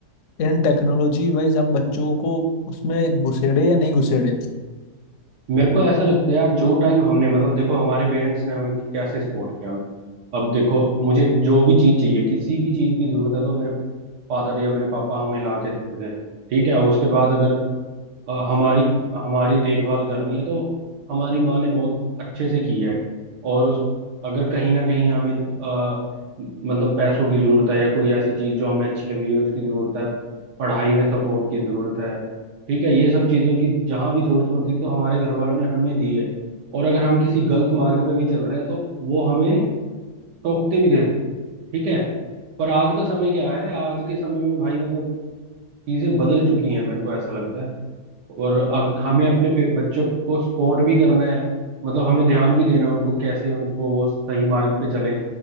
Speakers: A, on the left (about 65°); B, on the right (about 90°).
A: इन टेक्नोलॉजी वाइज हम बच्चों को उसमें घुसेड़े या नहीं घुसेड़े
B: मेरे को ऐसा लगता है यार जो टाइम हमने मतलब देखो हमारे पेरेंट्स ने हमें कैसे सपोर्ट किया हम अब देखो मुझे जो भी चीज चाहिए किसी भी चीज की जरूरत है तो मेरे फादर या मेरे पापा हमें ला के देते थे ठीक है उसके बाद अगर अ, हमारी हमारी देखभाल करनी है तो हमारी माँ ने बहुत अच्छे से किया है और उस अगर कहीं ना कहीं हमें अ, मतलब पैसों की जरूरत है या कोई ऐसी चीज जो हमें अच्छी लग रही है उसकी जरूरत है पढ़ाई में सपोर्ट की जरूरत है ठीक है ये सब चीजों की जहां भी जरूरत पड़ती है तो हमारे घर वालों ने हमें दी है और अगर हम किसी गलत मार्ग पे भी चल रहे हैं तो वो हमें टोकते भी थे ठीक है पर आज का समय क्या है आज के समय में भाई मतलब चीजें बदल चुकी हैं मेरे को ऐसा लगता है और अग, हमें अपने पे- बच्चों को सपोर्ट भी करना है मतलब हमें ध्यान भी देना है उनको कैसे उनको वो सही मार्ग पे चलें